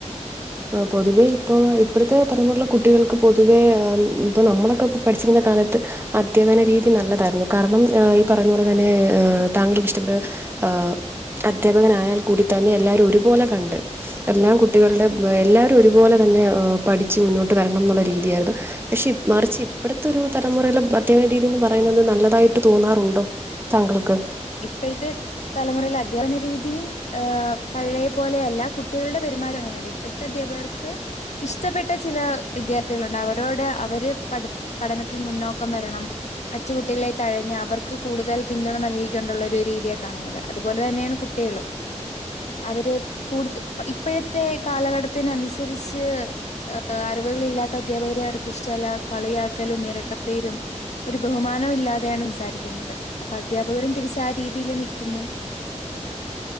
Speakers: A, on the right; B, on the left.
A: ആഹ് പൊതുവേ ഇപ്പൊ ഹ് ഇപ്പഴ്‌ത്തെ തലമുറലെ കുട്ടികൾക്ക് പൊതുവേ ഹ് ഹ്മ് ഇപ്പൊ നമ്മളൊക്കെ പൊ പഠിച്ചിരുന്ന കാലത്ത്. ഹ് അധ്യാപന രീതി നല്ലതായിരുന്നു കാരണം ഹ് ഈ. പറഞ്ഞ പോലെ തന്നെ ഏഹ് താങ്കൾക്ക് ഇഷ്ടപ്പെട്ട ഹ് ആഹ്. അദ്ധ്യാപകനയാൽ കൂടി തന്നെ എല്ലാരും ഒരുപോലെ കണ്ട് എല്ലാം കുട്ടികളുടെ. എല്ലാരും ഒരുപോലെ തന്നെ ഹ് പഠിച്ച് മുന്നോട്ട് വര്ണം എന്നുള്ള രീതിയായിരുന്നു ഹ്. പഷേ മറിച്ച് ഇപ്പർത്തെ ഒരു തലമുറയിലെ അധ്യാപന രീതീന്ന് പറയ്ന്നത് നല്ലതായിട്ട് തോന്നാറുണ്ടോ? താങ്കൾക്ക്.
B: ഇപ്പഴ്‌ത്തെ. തലമുറയിൽ അധ്യാപന രീതിയും ഏഹ് പഴയ പോലെയല്ല കുട്ടികളുടെ പെരുമാറ്റം അങ്ങനെയല്ലെ ഇപ്പഴാ അധ്യാപകർക്ക് ഇഷ്ടപ്പെട്ട ചില വിദ്യാർത്ഥികളുണ്ട് അവരോട് അവര് പട് പഠനത്തിൽ മുന്നോക്കം വരണം മറ്റുകുട്ടികളെ തഴഞ്ഞ് അവർക്ക് കൂടുതൽ പിന്തുണ നൽകി. കൊണ്ടുള്ള ഒരു രീതിയ കാണുന്നത് അതുപോലെ തന്നെയാണ് കുട്ടികളും. അവര് കൂട്ത് പ ഇപ്പഴത്തെ കാലഘട്ടത്തിന് അനുസരിച്ച്. ഹ് ഹ് അറിവുകൾ ഇല്ലാത്ത അധ്യാപകരെ അർക് ഇഷ്ട്ടല്ല കളിയാക്കലും എരട്ടപ്പേരും. ഒരു ബഹുമാനമില്ലാതെയാ സംസാരിക്കുന്നത് അപ്പൊ അധ്യാപകരും തിരിച്ച് ആഹ് രീതിൽ നിക്കുന്നു.